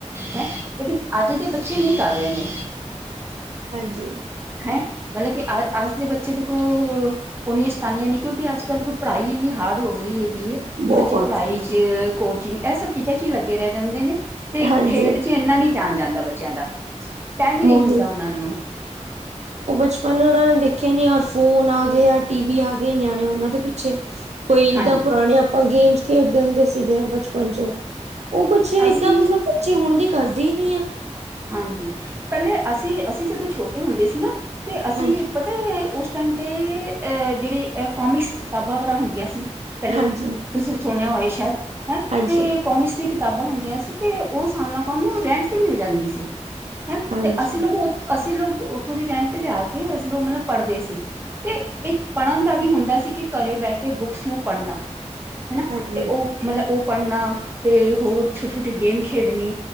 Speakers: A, on the right (about 20°); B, on the right (about 65°).
A: ਹੈਂ ਲੇਕਿਨ ਅੱਜ ਦੇ ਬੱਚੇ, ਨਹੀਂ ਕਰ ਰਹੇ ਨੇ
B: ਹਾਂਜੀ।
A: ਹੈਂ, ਮਤਲਬ ਕਿ, ਅ ਅੱਜ ਦੇ ਬੱਚੇ ਦੇਖੋ ਉਨੀਆਂ ਸ਼ਤਾਨੀਆਂ ਨਈ, ਕਿਉਂਕਿ ਅੱਜ-ਕੱਲ੍ਹ ਦੇਖੋ ਪੜ੍ਹਾਈ ਇੰਨੀ, ਹਾਰਡ ਹੋ ਗਈ ਹੈਗੀ ਏ
B: ਬਹੁਤ
A: ਬੱਚੇ ਪੜ੍ਹਾਈ 'ਚ, ਕੋਚਿੰਗ ਇਹ ਸਭ ਚੀਜ਼ਾ ਚੀ ਲੱਗੇ ਰਹਿ ਜਾਂਦੇ ਨੇ, ਤੇ
B: ਹਾਂਜੀ।
A: ਖੇਡ 'ਚ ਇੰਨਾ ਨਈ, ਧਿਆਨ ਜਾਂਦਾ ਬੱਚਿਆਂ ਦਾ ਟਾਈਮ ਈ ਨਈ
B: ਉਹੀ
A: ਮਿਲਦਾ, ਉਹਨਾਂ ਨੂੰ
B: ਉਹ ਬਚਪਨ ਉਹਨਾਂ ਨੇ ਦੇਖਿਆ ਹੀ ਨਈ, ਔਰ ਫੋਨ ਆ ਗਿਆ, ਟੀ ਵੀ ਆ ਗਏ, ਨਿਆਣੇ ਉਹਨਾਂ ਦੇ ਪਿੱਛੇ ਕੋਈ ਜਿੱਦਾਂ
A: ਹਾਂਜੀ
B: ਪੁਰਾਣੀ, ਆਪਾਂ ਗੇਮਸ ਖੇਡਦੇ ਹੁੰਦੇ ਸੀਗੇ, ਬਚਪਨ 'ਚ ਉਹ ਕੁੱਛ ਏਦਾਂ,
A: ਅਸੀਂ
B: ਮਤਲਬ ਬੱਚੇ ਹੁਣ ਦੇ, ਕਰਦੇ ਨਈ ਆ
A: ਹਾਂਜੀ, ਪਹਿਲੇ ਅਸੀਂ -ਅਸੀਂ ਜਦੋਂ ਛੋਟੇ ਹੁੰਦੇ ਸੀ। ਨਾ ਤੇ ਅਸੀਂ
B: ਹਾਂਜੀ
A: ਪਤਾ ਉਸ ਟਾਈਮ ਤੇ, ' ਅ ਜਿਹੜੀ ਕੋਮਿਕਸ ਕਿਤਾਬਾਂ, ਵਗੈਰਾ ਹੁੰਦੀਆਂ ਸੀ। ਪਹਿਲੇ
B: ਹਾਂਜੀ
A: ਤੁਸੀਂ ਸੁਣਿਆ ਹੋਏ ਸ਼ਾਇਦ, ਹੈਂ
B: ਹਾਂਜੀ
A: ਤੇ ਕੋਮਿਕਸ ਨੇ ਕਿਤਾਬਾਂ ਹੁੰਦੀਆਂ ਸੀ ਤੇ, ਉਹ ਸਾਨੂੰ ਲੋਕਾਂ ਨੂੰ ਰੈਂਟ ਤੇ ਮਿਲ ਜਾਂਦੀ ਸੀ, ਹੈਂ
B: ਹਾਂਜੀ
A: ਤੇ ਅਸੀਂ ਲੋਗ ਅਸੀਂ ਲੋਕ ਉੱਥੋਂ ਦੀ ਰੈਂਟ ਤੇ ਜਾ ਕੇ, ਅਸੀਂ ਲੋਕ ਮਤਲਬ ਪੜ੍ਹਦੇ ਸੀ। ਤੇ ਇੱਕ ਪੜ੍ਹਨ ਤਾਂ ਕਿ ਵੀ ਹੁੰਦਾ ਸੀ, ਕਿ ਘਰੇ ਬਹਿ ਕੇ, ਬੁੱਕਸ ਨੂੰ ਪੜ੍ਹਨਾ ਹਨਾ
B: ਹਾਂਜੀ
A: ਤੇ ਓ ਮਲਬ, ਓ ਪੜਨਾ ਤੇ ਹੋਰ, ਛੋਟੀ-ਛੋਟੀ ਗੇਮ ਖੇਡਨੀ